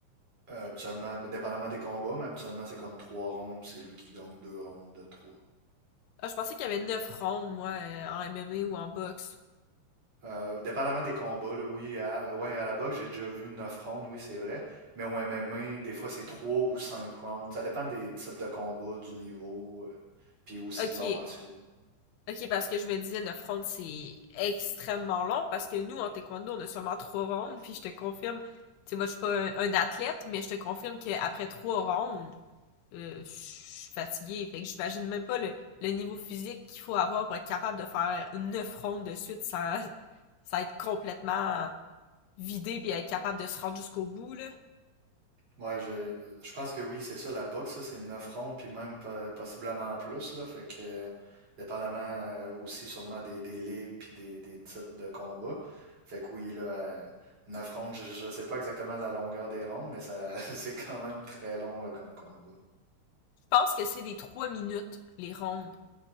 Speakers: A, on the right; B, on the left.
A: Euh, habituellement, ben, dépendamment des combats, mais habituellement, c'est comme trois rounds, puis c'est lui qui gagne deux rounds de trois.
B: Ah, je pensais qu'il y avait 9 rondes, moi, euh, en MMA ou en boxe.
A: Euh, dépendamment des combats, là, oui, à, ouais, à la boxe, j'ai déjà vu 9 rounds, oui, c'est vrai. Mais au MMA, des fois, c'est 3 ou 5 rounds. Ça dépend des types de combats, du niveau, euh, puis aussi
B: Ok.
A: de l'art martiaux.
B: Ok, parce que je me disais 9 rondes, c'est extrêmement long, parce que nous, en taekwondo, on a seulement 3 rondes, puis je te confirme, tu sais, moi, je suis pas un, un athlète, mais je te confirme qu'après 3 rondes, euh, je suis fatiguée. Fait que j'imagine même pas le, le niveau physique qu'il faut avoir pour être capable de faire 9 rondes de suite sans, sans être complètement vidé puis être capable de se rendre jusqu'au bout, là.
A: Ouais, je, je pense que oui, c'est ça, la boxe, ça, c'est 9 rounds, puis même po- possiblement plus, là. Fait que, euh, dépendamment euh, aussi sûrement des, des ligues, puis des, des types de combats. Fait que oui, là, 9 rounds, je, je sais pas exactement la longueur des rounds, mais ça, <laughs> c'est quand même très long, là, comme combat.
B: Je pense que c'est des 3 minutes, les rondes.